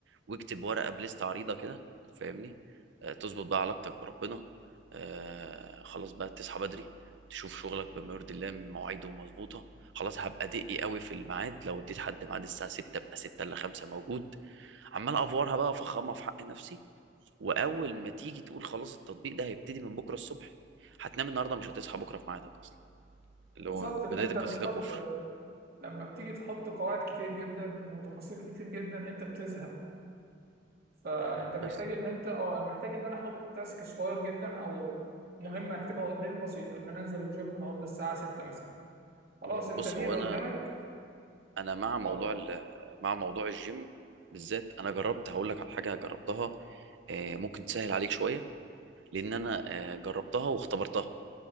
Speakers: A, on the right; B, on the right.
A: واكتب ورقه بليست عريضه كده فاهمني آه، تظبط بقى علاقتك بربنا آه، خلاص بقى تصحى بدري تشوف شغلك بما يرضي الله مواعيده مظبوطه خلاص هبقى دقي قوي في الميعاد لو اديت حد ميعاد الساعه 6 ابقى 6 الا 5 موجود عمال افورها بقى وافخمها في حق نفسي واول ما تيجي تقول خلاص التطبيق ده هيبتدي من بكره الصبح هتنام النهارده مش هتصحى بكره في ميعادك اصلا اللي
B: بالظبط
A: هو
B: اللي
A: بدايه
B: انت
A: القصيده
B: بتحط
A: كفر
B: لما بتيجي تحط قواعد كتير جدا وتفاصيل كتير جدا انت بتزهق فانت محتاج
A: بس
B: ان انت اه محتاج ان انا احط تاسك صغير جدا او مهمه اكتبها قدامي بسيطه ان انا انزل الجيم النهارده الساعه 6 مثلا خلاص انت
A: بص
B: دي
A: هو
B: اللي
A: انا
B: قدامك
A: انا مع موضوع
B: اه
A: ال- مع موضوع الجيم بالذات انا جربت هقول لك على حاجه جربتها آه، ممكن تسهل عليك شويه لان انا آه، جربتها واختبرتها